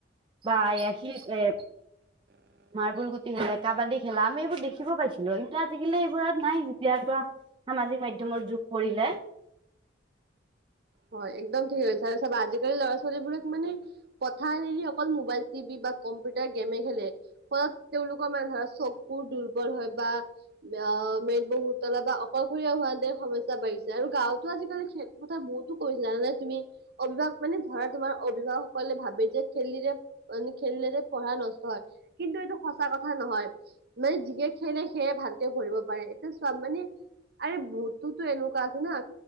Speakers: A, on the right (about 25°); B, on the right (about 55°).
A: বা এইয়া শিল এ
B: <unintelligible>
A: মাৰ্বল গুটি খেলে, কাবাডী খেলা আমি এইবোৰ দেখিব পাইছিলো, কিন্তু আজিকালি এইবোৰ নাই যেতিয়াৰ পৰা সামাজিক মাধ্যমৰ যুগ পৰিলে।
B: হয়, একদম ঠিকেই কৈছা, আৰু চাবা আজিকালি ল'ৰা ছোৱালীবোৰক মানে। পথাৰ এৰি অকল মোবাইল টিভি বা কম্পিউটাৰ গেমে খেলে ফলত তেওঁলোকৰ মানে ধৰা চকুৰ দুৰ্বল হয় বা ' মেদ বহুতলা বা অকলসৰীয়া হোৱাতে সমস্যা বাঢ়িছে আৰু গাঁৱত তো আজিকালি খেল্প কথা বহুত কৈছিল জানানে তুমি? অভিভক মানে ধৰা তোমাৰ অভিভাৱকসকলে ভাবে যে খেলিলে মানে খেলিলে যে পঢ়া নষ্ট হয় কিন্তু এইটো সঁচা কথা নহয়। মানে যিহে খেলে সেয়ে ভালকে কৰিব পাৰে এইটো চোৱা মানে আৰে বহুততোটো এনেকুৱা আছে না <unintelligible>